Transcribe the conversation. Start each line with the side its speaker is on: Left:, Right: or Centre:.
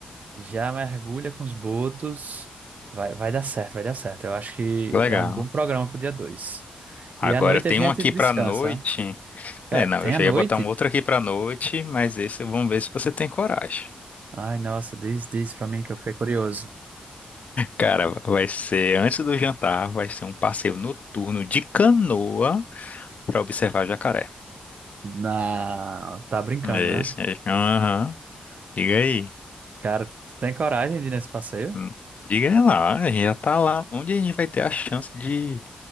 Right: já mergulha com os botos. Vai, vai dar certo, vai dar certo. Eu acho que
Left: legal.
Right: é um bom programa pro dia dois.
Left: Agora
Right: E à noite
Left: tem
Right: a gente
Left: um aqui
Right: descansa.
Left: pra noite.
Right: né? Cara,
Left: É, não,
Right: tem
Left: eu já
Right: a noite?
Left: ia botar um outro aqui pra noite, mas esse vamos ver se você tem coragem.
Right: Ai, nossa, diz, diz pra mim que eu fiquei curioso.
Left: Cara, vai ser antes do jantar, vai ser um passeio noturno de canoa pra observar jacaré.
Right: Na... Tá brincando,
Left: É
Right: né?
Left: esse aí. Aham. Diga aí.
Right: Cara, tu tem coragem de ir nesse passeio?
Left: Hum. Diga lá, a gente já tá lá. Onde a gente vai ter a chance de